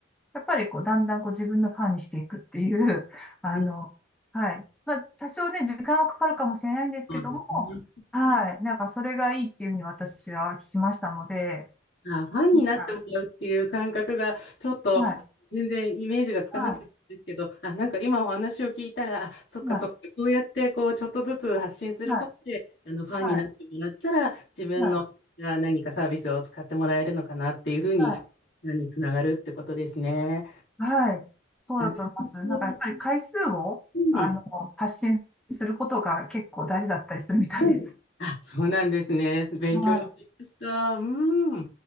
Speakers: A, in the centre; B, on the left.
A: やっぱりこう、だんだんこう自分のファンにしていくっていう、<laughs> あの、
B: うん
A: はい。まあ、多少ね、時間はかかるかもしれないんですけども、
B: そうですね。
A: はい。なんか、それがいいっていうふうに私は聞きましたので、
B: あ、ファンになってもらうっていう感覚が、
A: は
B: ちょっと全然イメージがつかなかったんですけど、
A: い。はい。は
B: あ、なんか今お話を聞いたら、あ、そっかそっか、
A: い。はい。
B: そうやってこう、ちょっとずつ発信することで、
A: はい。
B: あの、ファンになってもらったら、
A: はい。
B: 自分のあ何かサービスを使ってもらえるのかなっていうふうに、
A: はい。はい。
B: につながるってことですね。
A: はい。そうだと思います。
B: なるほど
A: なんかやっぱり回数を、
B: うん。
A: あの、発信することが結構大事だったりするみたいです。
B: うんあ、そうなんですね。勉強になりました。
A: はい。
B: うん。